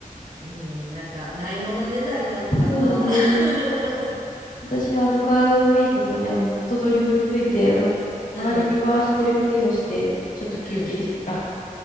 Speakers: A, on the right (about 65°); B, on the left (about 70°).
A: うん、なんか、ないものねだりなのかな。
B: そうだね。
A: <laughs>
B: 私はあのガードをいいことにあのずっとドリブルついて、あの、
A: うん、
B: 周り見回してるふりをして、ちょっと休憩してた。
A: うん。